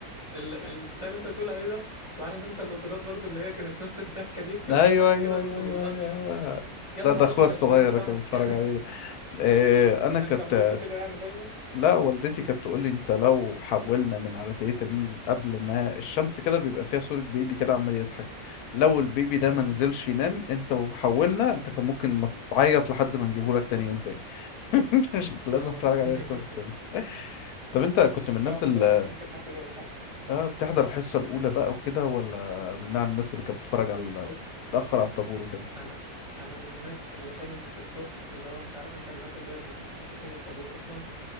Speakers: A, on the right (about 25°); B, on the left (about 80°).
A: ال- البتاع اللي انت بتقول عليه ده وعارف انت القطارات برضو اللي هي كانت نفس الضحكه دي كان
B: ايوه
A: في حاجه
B: ايوه
A: كده برضو
B: ايوه ايوه
A: بالقطر
B: ايوه
A: يا
B: ده
A: نهار
B: ده اخويا
A: ابيض
B: الصغير
A: ما ينفعش
B: اللي كان بيتفرج عليه ده آه،
A: <laughs>
B: انا كنت
A: انت عندكم كده يعني دايما
B: لا والدتي كانت تقول لي انت لو حولنا من على تيراتابيز قبل ما الشمس كده بيبقى فيها صورة بيبي كده عمال يضحك لو البيبي
A: <laughs>
B: ده
A: اه
B: ما نزلش ينام انت وحولنا انت كان ممكن ما تعيط لحد ما نجيبه لك تاني يوم تاني <laughs> مش لازم
A: اه
B: تتفرج عليه الشمس تنزل
A: <laughs>
B: طب انت كنت
A: مش
B: من
A: مستعب
B: الناس
A: الصراحه
B: اللي
A: ان ممكن حد يبقى بيحبه
B: اه بتحضر الحصة الأولى بقى وكده ولا من نوع الناس اللي كانت بتتفرج على
A: بص
B: بتتأخر على الطابور وكده
A: انا انا من الناس اللي كانت بتروح اللي هو انت عارف انت الناس اللي هي بت- بتقيم الطابور اصلا